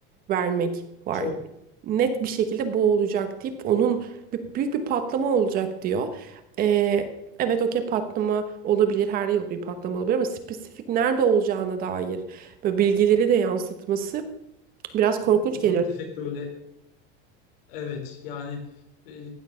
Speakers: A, on the right; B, on the left.
A: vermek var.
B: Çok
A: Net bir şekilde bu olacak deyip onun bir, büyük bir patlama olacak diyor. E, evet, okey patlama olabilir, her yıl bir patlama olabilir ama spesifik nerede olacağına dair böyle bilgileri de yansıtması biraz korkunç
B: ufak
A: geliyor.
B: tefek böyle Evet yani e,